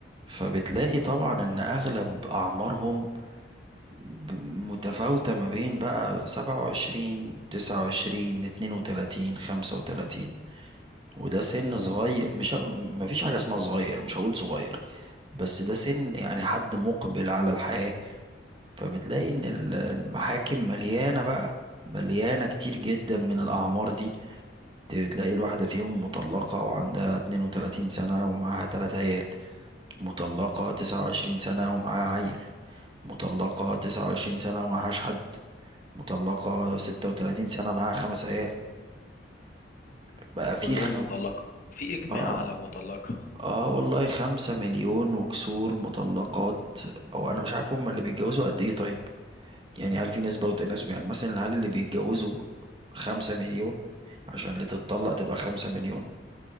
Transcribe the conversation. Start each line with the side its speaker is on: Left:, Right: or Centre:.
Right: فبتلاقي طبعا ان اغلب اعمارهم ب- متفاوتة ما بين بقى سبعة وعشرين تسعة وعشرين اتنين وتلاتين خمسة وتلاتين وده سن صغير مش ه- مفيش حاجة اسمها صغير مش هقول صغير بس ده سن يعني حد مقبل على الحياة فبتلاقي ان ال- المحاكم مليانة بقى مليانة كتير جدا من الأعمار دي بتلاقي الواحدة فيهم مطلقة وعندها 32 سنة ومعاها تلات عيال مطلقة تسعة وعشرين سنة ومعاها عيل مطلقة تسعة وعشرين سنة ومعهاش حد مطلقة ستة وتلاتين سنة معاها خمس عيال فبقى
Left: وكلهم
Right: في خم
Left: مطلقة في إجماع
Right: اه
Left: على مطلقة
Right: اه والله خمسة مليون وكسور مطلقات او انا مش عارف هما اللي بيتجوزوا قد ايه طيب يعني هل في نسبة وتناسب يعني مثلا هل اللي بيتجوزوا خمسة مليون عشان اللي تتطلق تبقى خمسة مليون